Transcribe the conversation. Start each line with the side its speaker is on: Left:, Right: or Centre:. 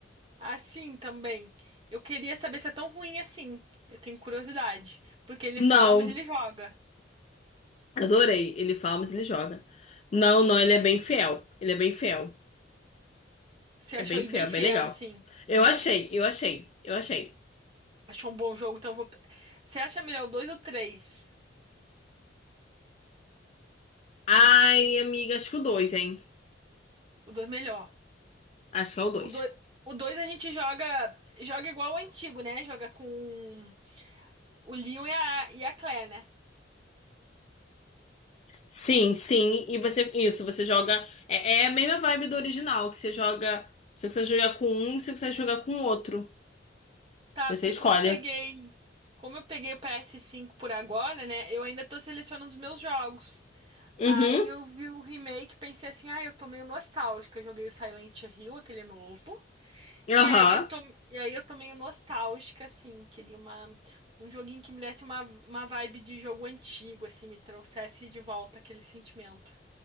Right: assim também, eu queria saber se é tão ruim assim. Eu tenho curiosidade. Porque ele
Left: Não.
Right: fala, mas ele joga.
Left: Adorei. Ele fala, mas ele joga. Não, não, ele é bem fiel. Ele é bem fiel.
Right: Você
Left: É
Right: achou
Left: bem
Right: ele
Left: fiel,
Right: bem fiel,
Left: é bem legal.
Right: assim?
Left: Eu achei, eu achei, eu achei.
Right: Achou um bom jogo, então eu vou. Você acha melhor o 2 ou o 3?
Left: Ai, amiga, acho que o 2, hein?
Right: O 2 melhor.
Left: Acho que é o 2.
Right: O 2, o 2 a gente joga. Joga igual o antigo, né? Joga com. O Leon e a, e a Claire, né?
Left: Sim, sim. E você, isso, você joga. É, é a mesma vibe do original, que você joga. Se você quiser jogar com um, se você quiser jogar com o outro.
Right: Tá,
Left: Você
Right: porque
Left: escolhe.
Right: como eu peguei, como eu peguei o ps cinco por agora, né? Eu ainda tô selecionando os meus jogos.
Left: Uhum.
Right: Aí eu vi o remake, e pensei assim, ah, eu tô meio nostálgica. Eu joguei o Silent Hill, aquele novo.
Left: Aham.
Right: E aí eu tô, e aí eu tô meio nostálgica, assim, queria uma, um joguinho que me desse uma, uma vibe de jogo antigo, assim, me trouxesse de volta aquele sentimento.